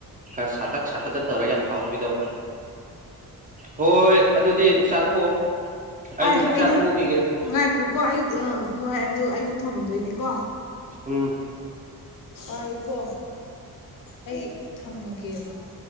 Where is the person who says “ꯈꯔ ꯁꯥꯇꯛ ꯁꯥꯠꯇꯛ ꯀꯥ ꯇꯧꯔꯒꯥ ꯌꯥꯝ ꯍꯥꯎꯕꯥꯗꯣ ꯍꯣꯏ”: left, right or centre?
Right